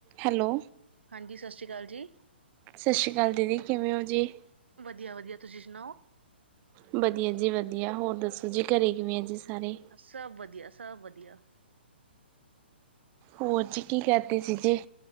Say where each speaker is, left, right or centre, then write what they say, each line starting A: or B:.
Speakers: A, on the right; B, on the right.
A: Hello,
B: ਹਾਂਜੀ, ਸ਼ਾਸਰੀ ਕਾਲ ਜੀ।
A: ਸ਼ਸ਼੍ਰੀ ਕਾਲ ਦੀਦੀ, ਕਿਵੇਂ ਓਂ ਜੀ?
B: ਵਦੀਆ- ਵਦੀਆ, ਤੁਸੀ ਸੁਨਾਓ?
A: ਵਦੀਆ ਜੀ, ਵਦੀਆ ਹੋਰ ਦੱਸੋ ਜੀ, ਘੱਰੇ ਕਿਵੇਂ ਐ ਜੀ ਸਾਰੇ?
B: ਸਬ ਵਦੀਆ, ਸਵ ਵਦੀਆ।
A: ਹੋਰ ਜੀ, ਕੀ ਕਰਦੇ ਸੀ ਜੇ?